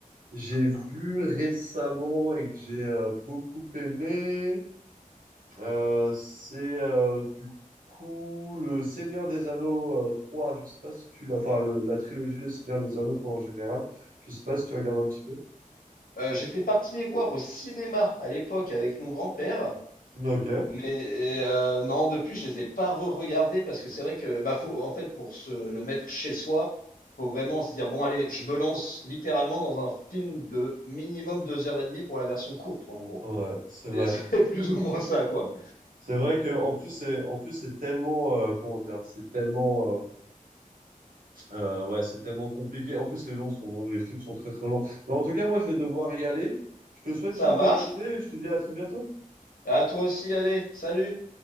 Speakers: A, on the right; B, on the left.
A: j'ai vu récemment et que j'ai euh, beaucoup aimé, Euh, c'est euh, du coup le Seigneur des Anneaux euh, 3. Je sais pas si tu l'as. Enfin, le- la trilogie Le Seigneur des Anneaux quoi, en général. Je sais pas si tu regardes un petit peu.
B: euh, j'étais parti les voir au cinéma à l'époque avec mon grand-père.
A: Ok.
B: Mais euh, non, depuis, je les ai pas re-regardés parce que c'est vrai que, bah, faut, en fait, pour se le mettre chez soi, faut vraiment se dire, bon, allez, je me lance littéralement dans un film de minimum deux heures et demie pour la version courte, quoi, en gros.
A: Ouais, c'est vrai.
B: C'est <laughs> c'est plus ou moins ça, quoi.
A: C'est vrai que en plus c'est en plus c'est tellement euh, comment dire, c'est tellement euh, euh, ouais, c'est tellement compliqué. En plus les longs sont les films sont très très longs. Mais en tout cas, moi je vais devoir y aller. Je te souhaite
B: Ça
A: une
B: marche.
A: bonne journée et je te dis à très bientôt.
B: À toi aussi, allez, salut!